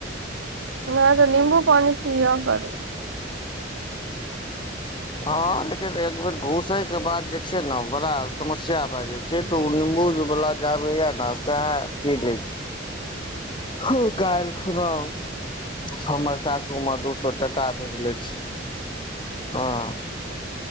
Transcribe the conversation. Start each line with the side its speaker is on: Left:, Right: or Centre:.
Right: नय तऽ निंबू पानि पिअ करू
Left: हँ लेकिन एक बेर घूसै के बाद जे छै न बड़ा समस्या भए जाइ छै तऽ ओ निबू उज बलाबै जाय भय न सएह पी लै छी हो काल खनाउ हमर सासू म दू स टाका भेजलै छै हँ